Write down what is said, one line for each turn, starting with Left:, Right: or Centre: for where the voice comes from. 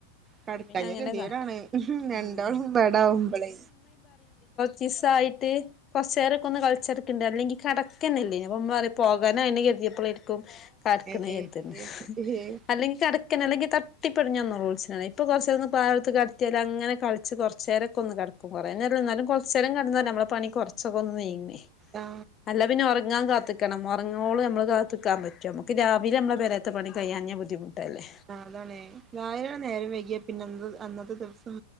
Right: കടക്കാ ഗതിയേ
Left: അങ്ങനെ കാ
Right: ടാണ് രണ്ടോളും
Left: ആഹ്
Right: മ്പേടാവുമ്പളേ
Left: ചിസ്സ ആയിട്ട് കൊറചേരൊക്കെ ഒന്ന് കളിച്ചെടുക്കണ്ടണ്ട് അല്ലെങ്കി കിക്കന്നല്ലേനു അപ്പ ഉമ്മ പറയും പോകാനായെന്ന് കരുതിയപ്പോളായിരിക്കും കെ ടക്കണതിണ്ട്
Right: ഏഹ് ഏഹ്
Left: അല്ലെങ്കിൽ കെ അല്ലെങ്കി തട്ടിപ്പിടിഞ്ഞ റൾസിന ഇപ്പ കുറച്ചന്ന് പാല് കൊടുത്ത് കടത്തിയാല് അങ്ങനെ കളിച്ച് കുറച്ച് കുറച്ചേരക്ക ഒന്ന് കിടക്കും കുറേനേര ല്ല എന്നാലും കുറ ച്ചേരം കിന്നാലല്ല നമ്മള പണി കുറച്ചൊ ഒന്ന് നീങ്ങേ
Right: ആ
Left: അല്ല പിന്നെ ഉറങ്ങാൻ കത്തിൽക്കണം മറങ്ങോളം നമ്മൾ കാത്ത്ൽക്കാൻ പറ്റോ നമുക്ക് രാവിലെ നമ്മെ പെരേത്തെ പണി കഴിയാഞ്ഞാൽ ബുദ്ധിമുട്ടല്ലേ
Right: നതാണേ നാ യിരണ നേരം വൈകിയ പിന്നെ അന്നത്തെ ദിവസം